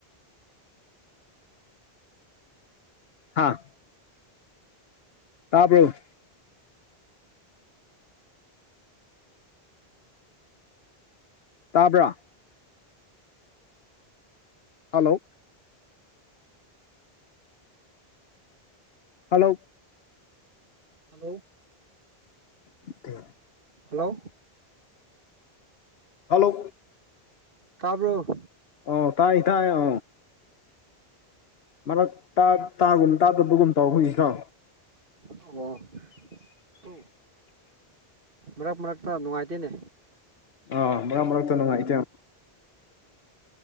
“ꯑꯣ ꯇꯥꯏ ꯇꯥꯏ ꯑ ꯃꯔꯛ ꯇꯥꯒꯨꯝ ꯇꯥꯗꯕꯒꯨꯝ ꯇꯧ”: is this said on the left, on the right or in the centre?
Left